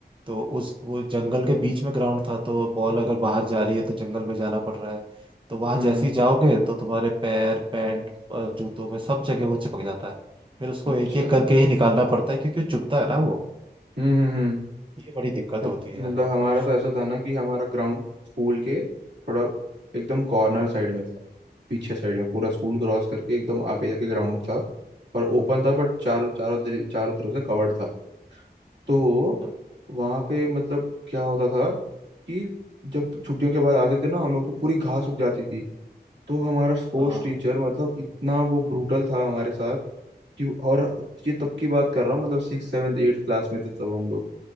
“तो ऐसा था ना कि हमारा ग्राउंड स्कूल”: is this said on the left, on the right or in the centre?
Right